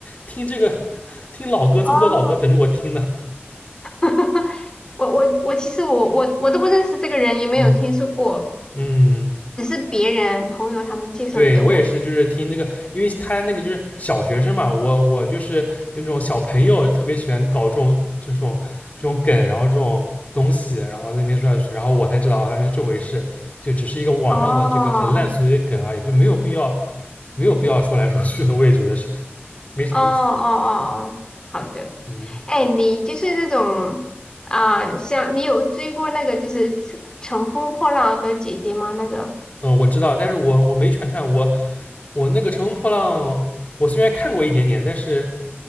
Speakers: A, on the left (about 35°); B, on the left (about 20°).
A: 听这个听老歌这么多老歌等着我听呢。
B: 哦，<laughs> 我我我其实我我我都不认识这个人，也没有听说过，
A: <laughs> 嗯嗯，
B: 只是别人朋友他们介绍给我。
A: 对，我也是，就是听这个，因为他那个就是小学生嘛，我我就是那种小朋友，特别喜欢搞这种这种这种梗，然后这种东西，然后在那边说下去，然后我才知道啊，原来这回事，就只是一个网上的这个很烂俗的一个梗而已，
B: 哦，
A: 就没有必要没有必要说来说去的，我也觉得是没啥意思。
B: 哦哦哦，哦好的。
A: 嗯
B: 哎，你就是那种啊、像你有追过那个就是乘乘风破浪的姐姐吗？那个
A: 嗯，我知道，但是我我没全看，我我那个《乘风破浪》，我虽然看过一点点，但是